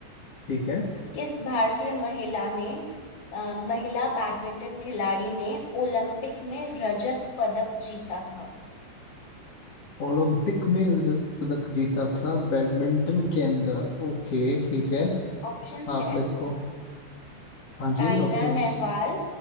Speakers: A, on the left; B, on the left.
A: ठीक है
B: किस भारतीय महिला ने अ, महिला बैडमिंटन खिलाड़ी ने ओलंपिक में रजत पदक जीता था
A: ओलंपिक में रजत पदक जीता था बैडमिंटन के अंदर ओके ठीक है
B: ऑप्शंस
A: आप
B: हैं
A: मेरे को हाँ
B: साइना
A: जी ऑप्शंस
B: नेहवाल